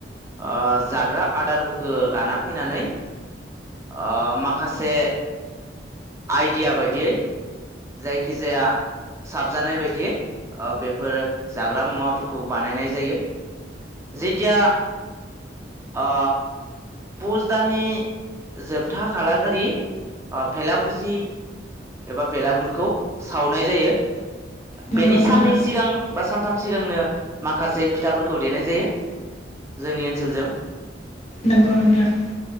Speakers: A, on the right (about 15°); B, on the left (about 40°).
A: ओ जाग्रा आदारफोरखौ लाना फैनानै ओ माखासे आइडिया बायदियै जायखिजाया साबजानाय बायदियै ओ बेफोर जाग्रा मुवाफोरखौ बानायनाय जायो जेथिया ओ पुस दाननि जोबथा खालार खालि अ भेला भुजि एबा बेलागुरखौ सावनाय जायो।
B: नंगौ
A: बेनि
B: नोंथां
A: साननै सिगां बा सानथाम सिगांनो माखासे फिथाफोरखौ देनाय जायो जोंनि ओनसोलजों।
B: नंगौ नोंथां।